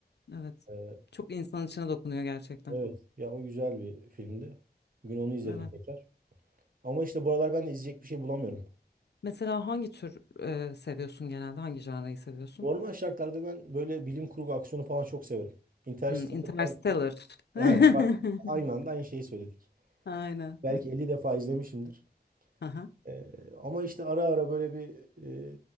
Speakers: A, on the left; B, on the right.
A: evet.
B: E,
A: Çok insan içine dokunuyor gerçekten.
B: evet. Ya o güzel bir filmdi. Bugün onu izledim
A: Evet.
B: tekrar. Ama işte bu aralar ben de izleyecek bir şey bulamıyorum.
A: Mesela hangi tür e, seviyorsun genelde? Hangi janrayı seviyorsun?
B: Normal şartlarda ben böyle bilim kurgu aksiyonu falan çok severim. Interstellar
A: Hmm, Interstellar.
B: belki
A: <laughs>
B: He, bak, aynı anda aynı şeyi söyledik.
A: Aynen.
B: Belki 50 defa izlemişimdir.
A: Aha.
B: Ee, ama işte ara ara böyle bir e,